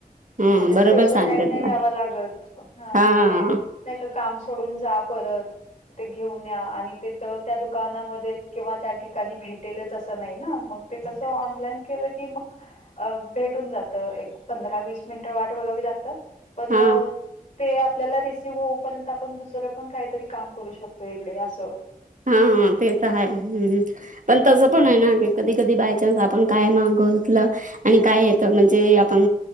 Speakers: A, on the right; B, on the left.
A: हा
B: म्हणजे स्पेशल
A: बरोबर सांगितलं
B: टाईम नाही द्यावा लागत. म्हणजे?
A: हा हा
B: नाही का? काम सोडून जा परत. घेऊन या आणि ते तिथं, त्या दुकानामध्ये किंवा त्या ठिकाणी भेटेलच तस नाही ना? मग ते कस, ऑनलाईन केलं की मग अ भेटून जात. एक पंधरा वीस मिनिट वाट बघावी लागतात पण
A: हा
B: ते आपल्याला रिसीव्ह होऊपर्यंत आपण दुसरं पण काहीतरी काम करू शकतो इकडे असं.
A: हा हा ते तर आहे. पण तसं
B: हम्म
A: पण आहे ना? की कधी कधी बाय चान्स आपण काय मागवतलं आणि काय येत. म्हणजे आपण